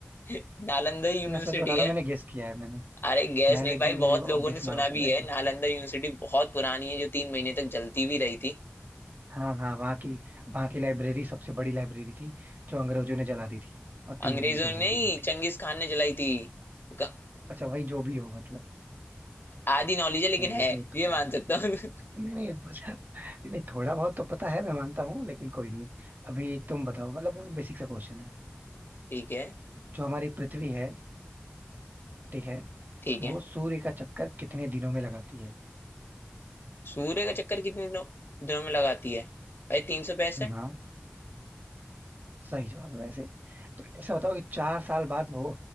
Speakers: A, on the left (about 65°); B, on the right (about 50°).
A: <laughs> नालंदा यूनिवर्सिटी
B: मैं सच बता रहा
A: है
B: हूँ मैंने गेस किया है मैंने
A: अरे गैस
B: मैंने
A: नहीं
B: एकदम
A: भाई
B: मुझे
A: बहुत लोगों
B: गेस
A: ने
B: मारा
A: सुना
B: था
A: भी
B: लेकिन
A: है नालंदा यूनिवर्सिटी बहुत पुरानी है जो तीन महीने तक जलती भी रही थी
B: हाँ हाँ वहाँ की वहाँ की लाइब्रेरी सबसे बड़ी लाइब्रेरी थी जो अंग्रेजों ने जला दी थी और तीन
A: अंग्रेजों
B: महीने तक
A: ने नहीं
B: जलती रही थी
A: चंगेज खान ने जलाई थी ग-
B: अच्छा भाई जो भी हो मतलब
A: आधी नॉलेज है लेकिन
B: खैर ये
A: है
B: तो
A: ये
B: थोड़ा
A: मान सकता हूँ <laughs>
B: नहीं नहीं पता नहीं <laughs> नहीं, थोड़ा बहुत तो पता है मैं मानता हूँ लेकिन कोई नहीं अभी तुम बताओ मतलब बहुत बेसिक सा क्वेश्चन है
A: ठीक है
B: जो हमारी पृथ्वी है ठीक है
A: ठीक
B: वो
A: है
B: सूर्य का चक्कर कितने दिनों में लगाती है
A: सूर्य का चक्कर कितने दिनों दिनों में लगाती है भाई तीन सौ पैंसठ।
B: हाँ सही जवाब है वैसे तो ऐसा बताओ कि चार साल बाद वो